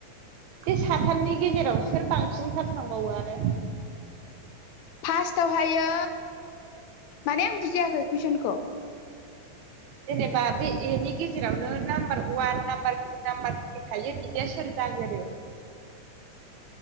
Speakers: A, on the right; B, on the left.
A: बे साथामनि गेजेराव सोर बांसिनथार थांबावो आरो?
B: फार्स्ट थावहायो माने आं बुजियाखै कुइसनखौ
A: जेनेबा बे एनि गेजेरावनो number one number number three थायो बिदिया सोर जागोरो?